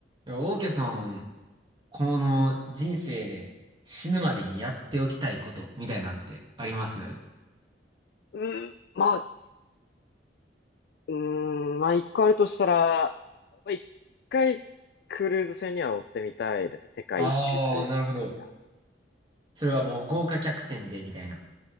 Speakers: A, on the right; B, on the left.
A: いや、オーケーさん、この人生で死ぬまでにやっておきたいことみたいなんてあります
B: うーん、まあ、うーん、まあ一個あるとしたら、まあ一回クルーズ船には乗ってみたいですね。世界一周クルーズみたいな。
A: ああ、なるほど。それはもう豪華客船でみたいな。